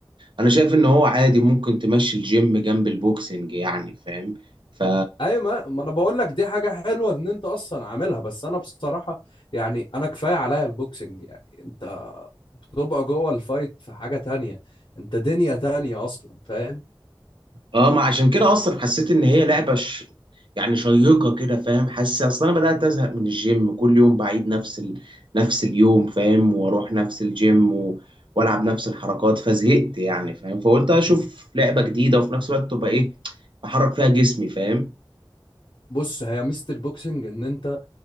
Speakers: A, on the right; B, on the left.
A: انا شايف ان هو عادي ممكن تمشي الجيم جنب البوكسنج يعني فاهم ف
B: ايوه ما ما انا بقول لك دي حاجه حلوه ان انت اصلا عاملها بس انا بصراحه يعني انا كفايه عليا البوكسنج يعني انت بتبقى جوه الفايت في حاجه تانية انت دنيا تانية اصلا فاهم
A: اه ما عشان كده اصلا حسيت ان هي لعبه ش... يعني شيقه كده فاهم حاسس اصلا انا بدات ازهق من الجيم كل يوم بعيد نفس ال... نفس اليوم فاهم واروح نفس الجيم و... والعب نفس الحركات فزهقت يعني فاهم فقلت اشوف لعبه جديده وفي نفس الوقت تبقى ايه بحرك فيها جسمي فاهم
B: بص هي ميزه البوكسنج ان انت